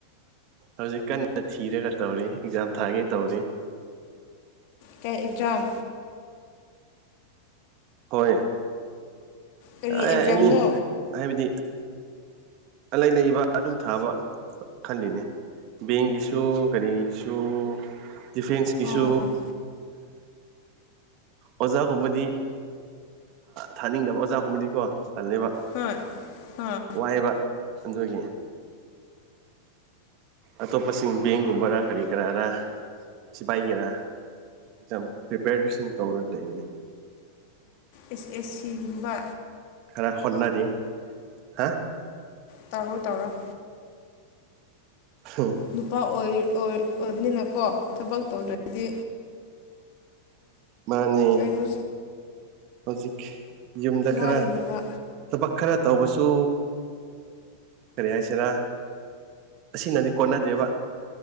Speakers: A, on the right; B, on the left.
A: ꯍꯧꯖꯤꯛ ꯀꯟꯅ ꯊꯤꯔꯒ ꯇꯧꯔꯤ ꯑꯦꯛꯖꯥꯝ ꯊꯥꯒꯦ ꯇꯧꯔꯤ
B: ꯀ ꯑꯦꯛꯖꯥꯝ
A: ꯍꯣꯏ
B: ꯀꯔꯤ
A: ꯑꯦꯅꯤ
B: ꯑꯦꯛꯖꯥꯝꯅꯣ
A: ꯍꯥꯏꯕꯗꯤ ꯂꯩꯥꯏꯅ ꯏꯕ ꯑꯗꯨꯝ ꯊꯥꯕ ꯈꯜꯂꯤꯅꯦ ꯕꯦꯡꯒꯤꯁꯨ ꯀꯔꯤꯒꯤꯁꯨ ꯗꯤꯐꯦꯟꯁꯀꯤꯁꯨ
B: ꯑꯣ
A: ꯑꯣꯖꯥ ꯀꯃꯗꯤ ꯊꯥꯅꯤꯡꯗꯕ ꯑꯣꯖꯥꯒꯨꯝꯕꯗꯤꯀꯣ ꯇꯜꯂꯦꯕ
B: ꯑꯣ ꯍꯣꯏ ꯍꯣꯏ
A: ꯋꯥꯏꯑꯕ ꯑꯗꯨꯒꯤ ꯑꯇꯣꯞꯄꯁꯤꯡ ꯕꯦꯡꯒꯨꯝꯕꯔꯥ ꯀꯔꯤ ꯀꯔꯥꯔ ꯁꯤꯐꯥꯏꯒꯦꯔꯥ ꯑꯦꯛꯝ ꯄ꯭ꯔꯤꯄꯦꯔꯇꯦꯁꯟ ꯇꯧꯔꯒ ꯂꯩꯕꯅꯤ
B: ꯑꯦꯁ ꯑꯦꯁ ꯁꯤꯒꯨꯝꯕ
A: ꯈꯔ ꯍꯣꯠꯅꯔꯤ ꯍꯥ
B: ꯇꯧꯔꯣ ꯇꯧꯔꯣ
A: ꯍꯝ
B: ꯅꯨꯄꯥ ꯑꯣꯏ ꯑꯣꯏꯕꯅꯤꯅꯀꯣ ꯊꯕꯛ ꯇꯧꯗ꯭ꯔꯗꯤ
A: ꯃꯥꯅꯦ
B: ꯀꯩꯅꯣ
A: ꯍꯧꯖꯤꯛ ꯌꯨꯝꯗ
B: ꯂꯥꯏꯒꯅꯤꯕ
A: ꯈꯔ ꯊꯕꯛ ꯈꯔ ꯇꯧꯧꯕꯁꯨ ꯀꯔꯤ ꯍꯥꯏꯁꯤꯔꯥ ꯑꯁꯤꯅꯗꯤ ꯀꯣꯟꯅꯗꯦꯕ